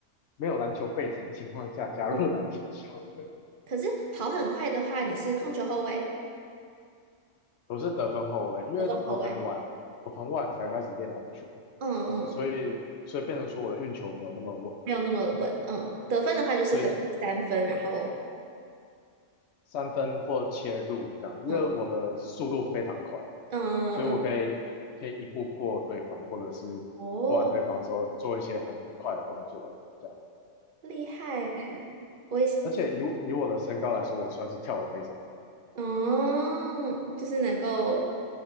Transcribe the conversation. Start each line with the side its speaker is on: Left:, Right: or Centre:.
Left: 没有篮球背景的情况下加入篮球校队。
Right: 嗯，可是跑很快的话，你是控球后卫、
Left: 我是得分后卫，因为我很晚，
Right: 得中后卫，
Left: 我很晚才开始练篮球，
Right: 嗯嗯。
Left: 所以所以变成说我的运球没有那么稳，
Right: 嗯没有那么稳。嗯，得分的话就是可能会三分，
Left: 所以
Right: 然后
Left: 三分或切入这样，
Right: 嗯
Left: 因为我的速度非常快，
Right: 嗯嗯，
Left: 所以我可以可以一步过对方，或者是过完对方之后做一些很快的动作这样。
Right: 哦，厉害！我也
Left: 而且以以我的身高来说，我算是跳得非常高，
Right: 嗯，就是能够